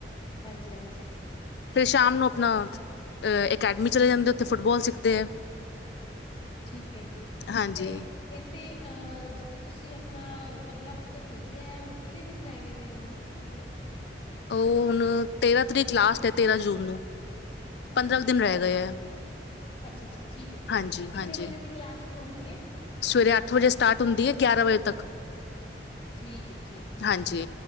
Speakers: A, on the left; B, on the left.
A: ਹਾਂਜੀ ਹਾਂਜੀ
B: ਫਿਰ ਸ਼ਾਮ ਨੂੰ ਆਪਣਾ ਅਕੈਡਮੀ ਚਲੇ ਜਾਂਦੇ ਉੱਥੇ ਫੁੱਟਬਾਲ ਸਿੱਖਦੇ ਹੈ
A: ਠੀਕ ਹੈ ਜੀ
B: ਹਾਂਜੀ।
A: ਤੇ ਇ ਤੇ ਜਿੱਥੇ ਤੁਸੀਂ ਆਪਣਾ ਤਬਲਾ ਵਾਸਤੇ ਭੇਜਿਆ ਹੈ ਉਹ ਕਿੰਨੇ ਦਿਨ ਰਹਿ ਗਏ ਨੇ ਇਹਨੂੰ ਹਜੇ
B: ਉਹ ਹੁਣ ਤੇਰਾਂ ਤਰੀਕ ਲਾਸਟ ਹੈ ਤੇਰਾਂ ਜੂਨ ਨੂੰ
A: ਅੱਛਾ-ਅੱਛਾ-ਅੱਛਾ,
B: ਪੰਦਰਾਂ ਕੁ ਦਿਨ ਰਹਿ ਗਏ ਹੈ
A: ਅੱਛਾ-ਅੱਛਾ ਠੀਕ ਹੈ-ਠੀਕ
B: ਹਾਂਜੀ
A: ਹੈ, ਕਿੰਨੇ
B: ਹਾਂਜੀ
A: ਵਜੇ ਦੀ ਕਲਾਸ ਸ਼ੁਰੂ ਹੁੰਦੀ ਏ?
B: ਸਵੇਰੇ ਅੱਠ ਵਜੇ ਸਟਾਰਟ ਹੁੰਦੀ ਹੈ ਗਿਆਰਾਂ ਵਜੇ ਤੱਕ
A: ਠੀਕ ਹੈ ਠੀਕ ਹੈ
B: ਹਾਂਜੀ।